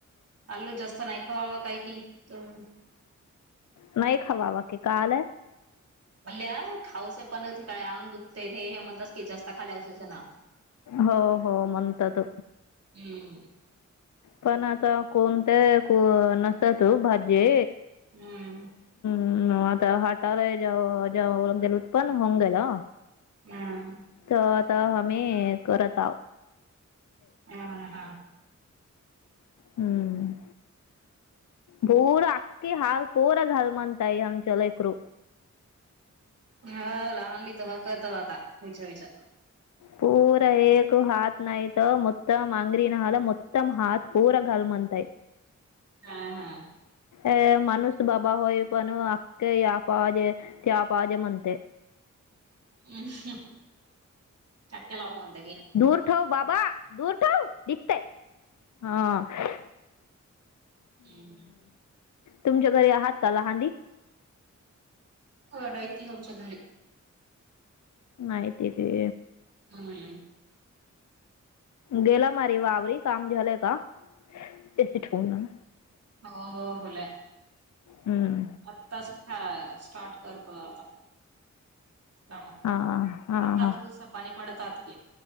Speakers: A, on the right; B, on the left.
A: आलू जास्त नाही खवावां काय की हम
B: नाही खवावाकीि कालय
A: भल्या खाऊस पण ते काय अंग दुखतेथ हे म्हणतात की जास्त खाली वसाज ना
B: हो हो म्हणत त
A: हम्म
B: पण आता कोणत्या नसत तू भाजी
A: हम्म
B: हम् आता हटाला जव जव गेल उ पन् होऊंग गेला
A: हा
B: च त आम्ही करत आहोत
A: हा हा <unintelligible>
B: हम्म पूरा अक्की हल पूरा घर म्हनताय अमचं लेकरू
A: हा लहानली तर ह करतात आता विचार विचार
B: पूरा एक हात नाही मत्तम मांगरी नहाला मुत्तम हात पूरा घाल म्हणतय
A: हा हा
B: अ माणूस बाबा होय पण अखखे या पाहजे त्या पाहजे म्हणतेय
A: <inaudible> चक्क्या लाव म <unintelligible>
B: दूर ठंव बाबा दूर ठव दिखतय आ दतेहा
A: <unintelligible>
B: तुमच्या घरी आहात का लहानली?
A: हो हायती आम्हच्या घरी
B: नाही तीथे
A: <unintelligible>
B: गेला मारी वावररी काम झालं का एस ठी होन
A: हो हो होलाय
B: हम्म
A: आत्ताच था स्टार्ट करतोय आता कामा
B: हा हा
A: आता
B: हा
A: असच पाणी पडतात <unintelligible>